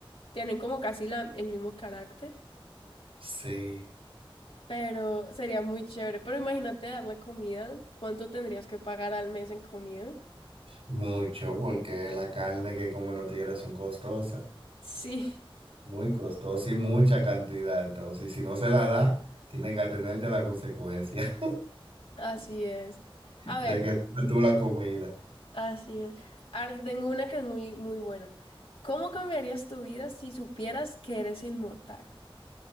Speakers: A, on the left; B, on the right.
A: Tienen como casi la- el mismo carácter.
B: Sí,
A: Pero sería muy chévere. Pero imagínate darle comida. ¿Cuánto tendrías que pagar al mes en comida?
B: mucho, porque la carne que comen los tigres son costosas,
A: Sí,
B: muy costosa y mucha cantidad. Entonces, si no se la da, tienes que atenerte a la consecuencia
A: <laughs> así es.
B: <laughs> de
A: A ver,
B: que tengas tú la comida.
A: así es. ahora tengo una que es muy, muy buena. ¿Cómo cambiarías tu vida si supieras que eres inmortal?